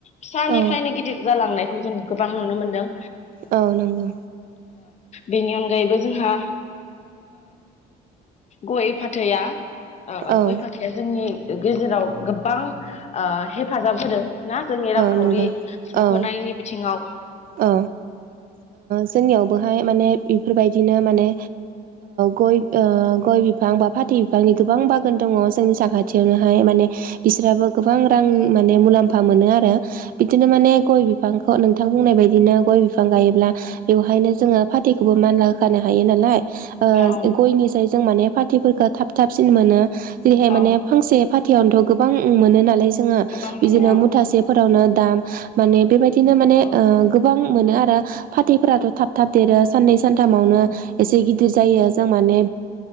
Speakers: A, on the left; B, on the right.
A: फिसानिफ्रायनो
B: औ
A: गिदिर जालांनाय खौ जों गोबां नुनो मोन्दों।
B: औ नंगौ।
A: बेनि अनगायैबो जोंहा गय फाथैया अ
B: औ
A: अ गयख फा नि गेजेराव गोबां हेफाजाब होदों। ना जोंनि रांखावरि
B: औ नंगौ
A: सुख'नायनि
B: औ
A: बिथिङाव?
B: औ जोंनियावबोहाय माने बेफोरबायदिनो माने गय बिफां बिफां बा फाथै बिफांनि गोबां बागान दङ जोंनि साखा खाथियावनोहाय माने बिसोराबो गोबां रां माने मुलाम्फा मोनो आरो। बिदिनो माने गय बिफां बिाफांखौ नोंथां बुंनाय बायदिनो गय बिफां गायोब्ला बेवहायनो जोङो फाथैखौबो मानला होखानो हायो नालाय। ओ
A: औ
B: गयनि जाय जों माने पार्टिफोरखौ थाब थाबसिन मोनो। जेरैहाय
A: औ
B: माने फांसे फाथैयावनोथ' गोबां मोनो नालाय। जोङो
A: गोबां मोनो
B: बिदिनो मुथासेफोरावनो दाम माने बेबायदिनो माने।
A: औ
B: ओ गोबां मोनो आरो फाथैफोराथ' थाब थाब देरो साननै सानथामावनो
A: औ
B: एसे गिदिर गिदिर जायो जों माने